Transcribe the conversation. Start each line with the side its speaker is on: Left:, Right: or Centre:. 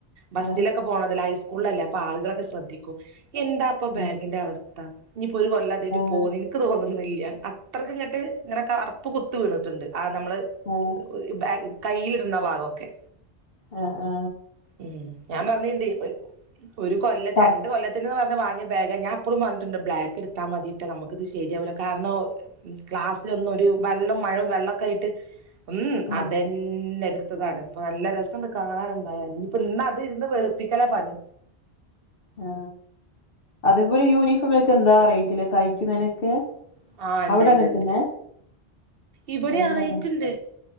Right: ബസ്സിലൊക്കെ
Left: ആ,
Right: പോണതല്ലേ ഹൈസ്കൂളിലല്ലേ അപ്പ ആളുകളൊക്കെ ശ്രദ്ധിക്കും എന്താപ്പൊ ബാഗിന്റെ
Left: ആ,
Right: അവസ്ഥ ഇനിപ്പോ ഒരു കൊല്ല അതെയ്റ്റ്
Left: ആ,
Right: പോകുന്നു എനിക്ക് തോന്നുന്നില്ല ട്ടാ അത്രയ്ക്ക് ഇങ്ങട്ട് ഇങ്ങനെ കറുപ്പ് കുത്ത് വീണിട്ടുണ്ട് ആ നമ്മള്
Left: ഉം
Right: ഈ ബാഗ് കയ്യിലിട്ന്ന ഭാഗക്കെ
Left: ആ, ആ.
Right: ഉം ഞാൻ പറഞ്ഞീണ്ട് ഒരു കൊല്ലത്ത്
Left: ആ,
Right: രണ്ട് കൊല്ലത്ത് ന്ന് പറഞ് വാങ്ങിയ ബാഗ ഞാൻ അപ്പളും പർഞ്ഞിട്ടുണ്ട് ബ്ലക്ക് എട്ത്താ മതിട്ടാ നമുക്കത് ശരിയാവല്ല കാരണം ക്ലാസ്സിലൊന്നും ഒരു വെള്ളം മഴവും വെള്ളമൊക്കെ ആയിട്ട് ഉം
Left: ആ,
Right: അതന്നെ ന്നെടുത്തതാണ് ഇപ്പൊ നല്ല രസം കാണാൻ എന്തായാലനിയിപ്പ ഇന്ന അതി ഇരുന്ന് വെളുപ്പിക്കല പണി
Left: ആ അതേപോലെ യൂണിഫോമ ഒക്കെ എന്താ റേറ്റില തയ്ക്കുന്നതിനൊക്കെ
Right: ആ ണ്ട്
Left: അവിടെ
Right: ണ്ട്
Left: അങ്ങനെ
Right: ണ്ട്
Left: തന്നെ
Right: ഇബടി
Left: നല്ലതാ
Right: ആ റയ്റ്റ്ണ്ട്